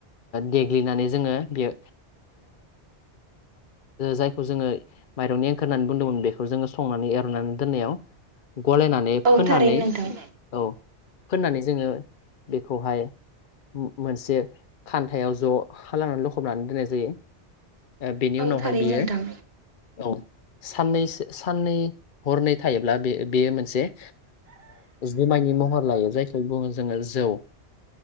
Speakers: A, on the left; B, on the right.
A: देग्लिनानै जोङो बेयो जायखौ जोङो माइरंनि ओंखखार होननानै बुंदोंमोन। बेखौ जोङो संनानै एरनानै दोननायाव गलायनानै
B: औ
A: फोनानै
B: थारैनो नोंथां
A: औ फोननानै जोङो बेखौहाय। मोनसे खान्थायाव ज' लांनानै लखबनानै दोननाय जायो। बेनि
B: औ
A: उनावहाय
B: थारैनो
A: बियो
B: नोंथां
A: औ सानसो साननै हरनै थायोब्ला बे बेयो मोनसे जुमायनि महर लायो जायखौ बुङो जोङो जौ।